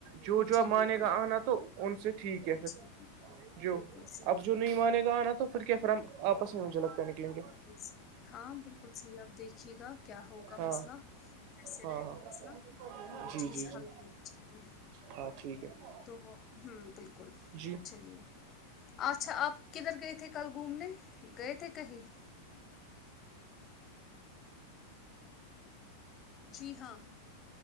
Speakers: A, on the right; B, on the left.
A: جو جو
B: جی
A: مانے
B: بالکل
A: گا آنا تو ان سے ٹھیک ہے
B: جی،
A: پھر
B: بالکل،
A: جو
B: بالکل صحیح۔
A: اب جو نہیں مانے گا آنا تو پھر کیا پھر ہم آپس میں مجھے لگتا نکلیں گے <unintelligible>
B: جس <unintelligible> ہاں بالکل صحیح آپ دیکھیے گا <unintelligible> کیا ہوگا
A: ہاں
B: مسئلہ کیسے
A: ہاں
B: رہے
A: ہاں
B: گا مسئلہ تو وہ
A: جی
B: چیز
A: جی
B: حل
A: جی
B: ہونی چاہیے
A: ہاں ٹھیک ہے <unintelligible>
B: تو ہوں بالکل
A: جی
B: چلیے <unintelligible> اچھا آپ کدھر گئے تھے کل گھومنے گئے تھے کہیں <unintelligible> جی ہاں